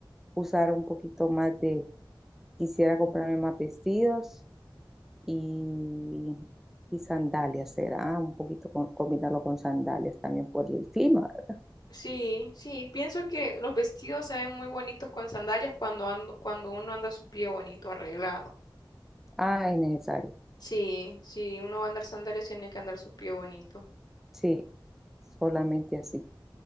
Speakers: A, in the centre; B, on the left.
A: usar un poquito más de, quisiera comprarme más vestidos y, y sandalias, será un poquito con- combinarlo con sandalias también por el clima. ¿verdad?
B: Sí, sí, pienso que los vestidos se ven muy bonitos con sandalias cuando ando, cuando uno anda su pie bonito, arreglado.
A: Ah, es necesario.
B: Sí, sí, uno va a andar sandalias, tiene que andar su pie bonito.
A: Sí, solamente así.